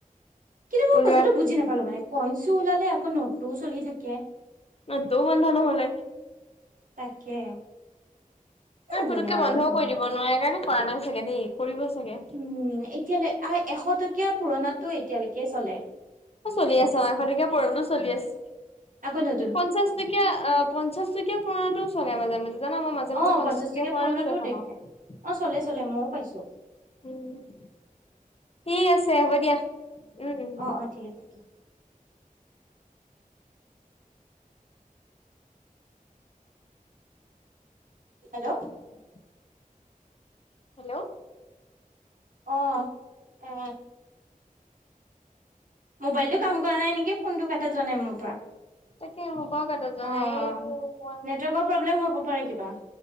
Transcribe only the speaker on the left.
ওলোৱাৰ
অ দৌ বন্ধা নহ'লে
নহয় পতককে
বন্ধও কৰি দিব নোৱাৰাৰে কাৰণে কৰা নাই চাগে দেই কৰিব চাগে।
অ চলি আছে অ এশ টকীয়া পুৰণাটো চলি আছে।
পঞ্চাছটকীয়া অ পঞ্চাছ টকীয়া পুৰণাতো চলে মাজে মাজে জানা মই মাজে
মাজে পঞ্চাছ
টকীয়া পুৰণাতো
দেখা
পাওঁ।
উম
উম ঠিক আছে হ'ব দিয়া উম উম
<unintelligible> হেল্ল'
তাকে মোৰ পৰা কটা
যোৱা
নাই এইটো অকমান